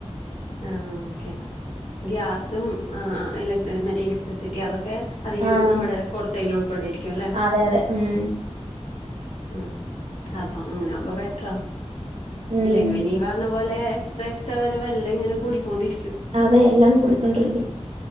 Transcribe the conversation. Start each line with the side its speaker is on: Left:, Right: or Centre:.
Left: ആഹ് ഓക്കെ ഗ്യാസും ആന് മറ്റേ ഇലക്ട്രിസിറ്റി അതൊക്കെ ക്കെ അതിൽ
Right: ആഹ്
Left: നമ്മുടെ കൊടുത്തതിൽ ഉൾപ്പെടെയിരിക്കും അല്ലെ
Right: അതെ അതെ ഉം
Left: അഹ് അതാ അങ്ങനൊവുമ്പോ ബെറ്ററാ
Right: ഉം
Left: ഇല്ലെങ്കി പിന്നെ ഇ പറഞ്ഞ പോലെ എക്സ്ട്രാ എക്സ്ട്രാ വരും വെല്ല ങ്ങനെ കൂടിക്കൊണ്ടിരിക്ക
Right: അതെ എല്ലാം കൊടുക്കണ്ട വരും